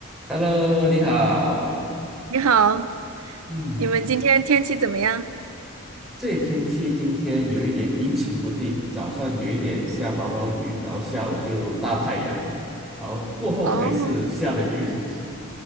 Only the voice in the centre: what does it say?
Hello，你好。
嗯，
这里天气今天有一点阴晴不定，早上有一点下毛毛雨，然后下午就大太阳，然后过后还是下了雨。
<laughs>